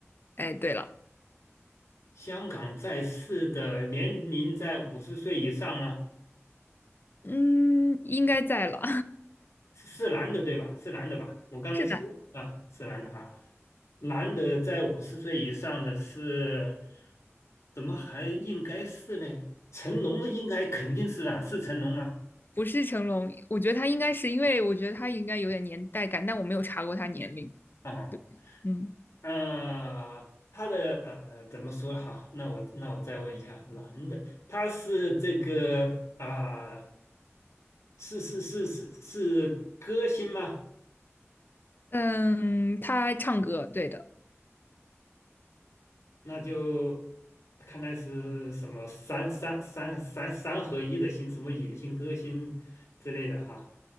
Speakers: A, on the left (about 45°); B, on the left (about 85°).
A: 哎，对了，
B: 香港在世的年龄在五十岁以上吗？
A: 嗯，应该在了，
B: 是是男的对吧？是男的吧？我刚才问啊，
A: <laughs> 是男。
B: 是男的哈、男的在五十岁以上的是，怎么还应该是呢？成龙应该肯定是啊，是成龙吗？
A: 不是成龙，我觉得他应该是因为我觉得他应该有点年代感，但我没有查过他年龄。
B: 啊
A: 嗯
B: 呃，他的呃怎么说哈？那我那我再问一下，男的，他是这个啊、是是是是是歌星吗？
A: 嗯，他唱歌，对的，
B: 那就看来是什么三三三三三合一的星，什么影星、歌星之类的哈。